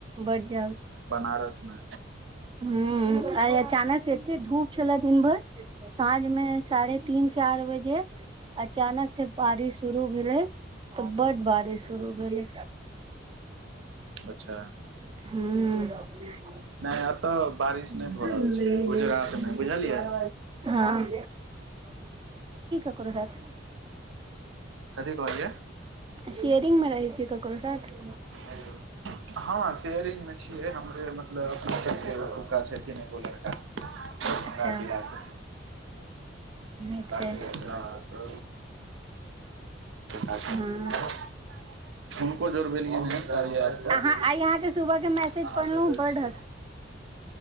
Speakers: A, on the right; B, on the right.
A: बड्ड
B: बनारसमे
A: हूॅं आइ अचानक से एते धूप छले दिन भर साँझ मे साढ़े तीन चार बजे अचानक से बारीस शुरू भेलै। तऽ बड बारिश शुरू भेलै।
B: अच्छा
A: हूॅं
B: नहि एतऽ बारिश नहि भऽ रहल छै गुजरातमे बुझलियै। <inaudible>
A: हँ करो हट <unintelligible>
B: कथी कहलियै।
A: शेयरिंग मे रहै छी ककरो साथ।
B: हेलो हँ शेयरिंग में छियै हमरे मतलब एतुक्का छथिन एगो लड़का। दरभंगा
A: अच्छा
B: जिलाके मिथिलाके
A: नीक छै
B: रचना <unintelligible> सबके काज करै
A: हँ
B: छथिन, हुनको जोड़बेलियैन ह। हम
A: अहाँ
B: बेनीपुर
A: आइ अहाँके
B: से
A: सुबह
B: छी,
A: के मैसेज
B: अहाँ
A: पढ़लहुँ
B: कतऽ
A: बड
B: से छी?